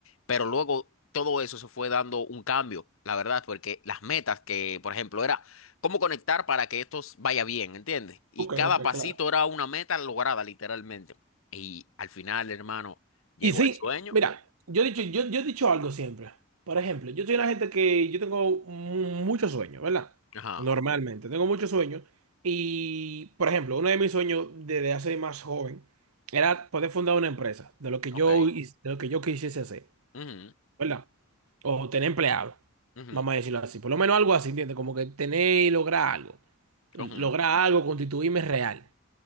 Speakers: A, on the left; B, on the right.
A: pero luego todo eso se fue dando un cambio, la verdad, porque las metas que, por ejemplo, era cómo conectar para que esto vaya bien, ¿entiendes? Y
B: Ok,
A: cada
B: ok,
A: pasito
B: claro.
A: era una meta lograda, literalmente. Y al final, hermano, llegó
B: Y sí,
A: el sueño.
B: mira, yo he dicho, yo, yo he dicho algo siempre. Por ejemplo, yo soy una gente que yo tengo mu- mucho sueño, ¿verdad?
A: Ajá,
B: Normalmente, tengo mucho sueño. Y, por ejemplo, uno de mis sueños desde hace más joven era poder fundar una empresa, de lo que
A: ok.
B: yo, his- de lo que yo quisiese hacer,
A: ujú,
B: ¿verdad? O tener empleado,
A: ujú,
B: vamos a decirlo así. Por lo menos algo así, ¿entiendes? Como que tener y lograr algo. Lograr
A: ujú,
B: algo, constituirme real.